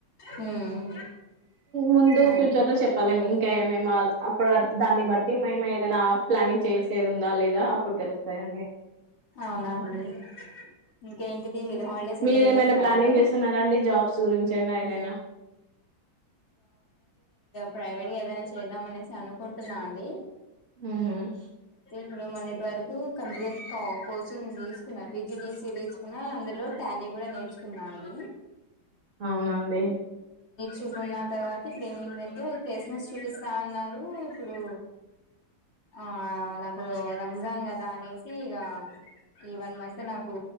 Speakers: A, on the left; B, on the right.
A: హ్మ్
B: ముందు
A: అదే
B: ఫ్యూచర్ లో చెప్పలేం ఇంకా ఏమే అప్పుడు దాన్ని బట్టి మేము ఏదైనా ప్లానింగ్ చేసేది ఉందా లేదా అప్పుడు తెలుస్తాయండి
A: అవునా అండి ఇంకే ఏంటి దీని మీద హాలిడేస్ ఎంజాయ్
B: మీరేమైనా
A: చేస్తారా
B: ప్లానింగ్
A: మరి
B: చేస్తున్నారా అండి జాబ్స్ గురించైనా ఏదైనా
A: ప్రైవేట్ గేదన్న చే చేద్దామనేసి అనుకుంటున్నా అండి డి
B: మ్మ్ హ్మ్
A: ఇప్పుడు మొన్నటి వరకు కంప్యూటర్ క కోచ్ చింగ్ తీసుకున్నా పిజి తీసి తీసుకున్నా అందులో టాలీ కూడా నేర్చుకున్నా అండి
B: అవునా అండి
A: చూకున్న తర్వాత ఇప్పుడు ఏమైందంటే ప్లేస్మెంట్స్ చూపిస్తా అన్నారు ఇప్పుడు ఆ నా ఓ రంజాన్ కద దానేసిగ ఈ వన్ మంత్ నాకు